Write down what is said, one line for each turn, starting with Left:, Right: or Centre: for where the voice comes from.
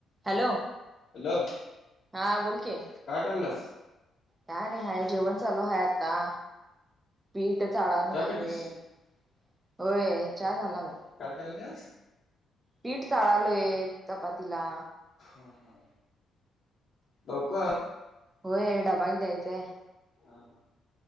Right: Hello!
Left: Hello!
Right: हा बोल की,
Left: काय करायल्यास
Right: काय नाही हाय जेवण चालू हाय आता. पीठ चाळाला
Left: चहा
Right: घ्यालोय.
Left: पिलीस
Right: व्हय चहा झाला बघ.
Left: काय कराल्यास?
Right: पीठ चाळालोय चपातीला.
Left: हा हा लवकर.
Right: व्हय डबा एक द्यायचां हाय.
Left: हा,